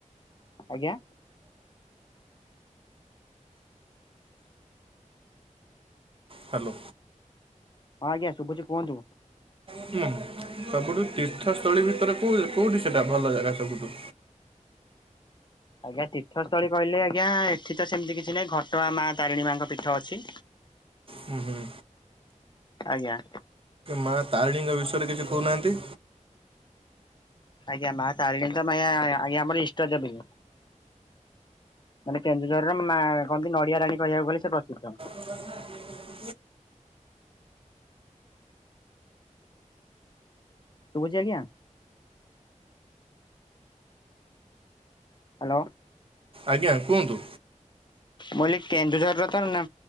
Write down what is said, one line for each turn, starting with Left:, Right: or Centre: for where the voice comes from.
Left: ଆଜ୍ଞା।
Right: ହ୍ୟାଲୋ।
Left: ଆଜ୍ଞା ଶୁଭୁଛି କୁହନ୍ତୁ।
Right: ହୁଁ ସବୁଠୁ ତୀର୍ଥସ୍ଥଳୀ ଭିତରେ କୋଉ କୋଉଠି ସେଟା ଭଲ ଜାଗା ସବୁଠୁ?
Left: ଆଜ୍ଞା ତୀର୍ଥସ୍ଥଳୀ କହିଲେ ଆଜ୍ଞା ଏଠି ତ ସେମିତି କିଛି ନାହିଁ ଘଟଆ ମା ତାରିଣୀ ମାଙ୍କ ପୀଠ ଅଛି।
Right: ହୁଁ ହୁଁ।
Left: ଆଜ୍ଞା।
Right: ମା ତାରିଣୀଙ୍କ ବିଷୟରେ କିଛି କହୁନାହାନ୍ତି?
Left: ଆଜ୍ଞା ମା ତାରିଣୀ ତମାୟା ଆଜ୍ଞା ଆମର ଇଷ୍ଟ ଦେବୀ। ମାନେ କେନ୍ଦୁଝରର ମା କହନ୍ତି ନଡିଆ ରାଣୀ କହିବାକୁ ଗଲେ ସେ ପ୍ରସିଦ୍ଧ।
Right: ବହ <inaudible>
Left: ଶୁଭୁଛି ଆଜ୍ଞା। ହ୍ୟାଲୋ।
Right: ଆଜ୍ଞା କୁହନ୍ତୁ।
Left: ବୋଲି କେନ୍ଦୁଝର ର ତ